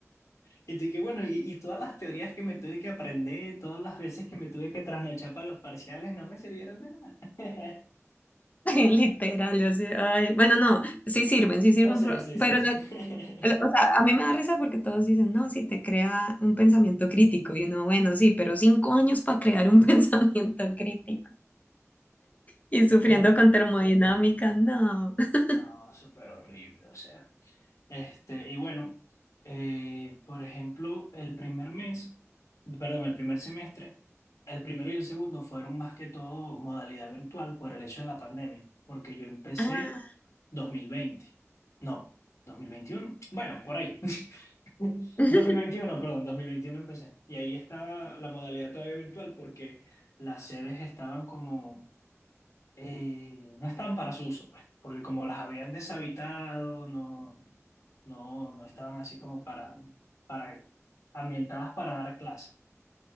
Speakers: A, on the left; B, on the left.
A: Y tú que bueno, y, y todas las teorías que me tuve que aprender, todas las veces que me tuve que trasnochar para los parciales, no me sirvieron de nada. <laughs>
B: <laughs> Literal, yo sé, ay, bueno, no, sí sirven, sí sirven,
A: No, sí,
B: pero,
A: sí, sí,
B: pero
A: sí.
B: la-
A: <laughs>
B: el- o sea, a mí me da risa porque todos dicen, no, sí te crea un pensamiento crítico, y uno, bueno, sí, pero cinco años para crear un <laughs> pensamiento crítico y sufriendo
A: No,
B: con
A: no.
B: termodinámica, no. <laughs>
A: No, súper horrible, o sea. Este, y bueno, eh, por ejemplo, el primer mes, perdón, el primer semestre, el primero y el segundo fueron más que todo modalidad virtual por el hecho de la pandemia, porque yo empecé
B: Ah.
A: 2020 no, 2021 bueno, por ahí, <laughs>
B: <laughs>
A: dos mil veintiuno perdón, 2021 empecé, y ahí estaba la modalidad todavía virtual porque las sedes estaban como eh, no estaban para su uso, pues, porque como las habían deshabitado, no, no, no estaban así como para, para ambientadas para dar clase.